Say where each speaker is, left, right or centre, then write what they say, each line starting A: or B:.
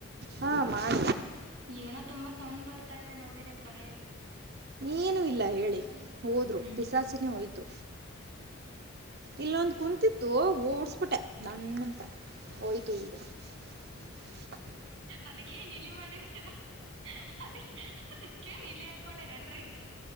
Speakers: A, on the right; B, on the right.
A: ಹ ಮಾಡ
B: ಏನೋ ತುಂಬಾ ಸೌಂಡ್ ಬರ್ತಾ ಇದೆ ನೋಡಿ ನಿಮ್ ಕಡೆ
A: ಏನು ಇಲ್ಲ ಹೇಳಿ ಹೋದ್ರು
B: ಹ್ಮ್
A: ಪಿಸಾಸಿನೇ ಹೋಯ್ತು ಇಲ್ಲೊಂದು ಕುಂತತ್ತು ಓಡ್ಸ್ಬಿಟ್ಟೆ ದಂಡ ಅಂತ ಹೋಯ್ತು ಈಗ <inaudible>
B: ಅದಕ್ಕೆೇನ್ ಇಲಿ ಮಾಡಿದರ ಅದಿ ಅದಕ್ಕೇನ್ ಇಲ್ಲಿ ಅನ್ಕೊಂಡಿರೇನ್ರಿ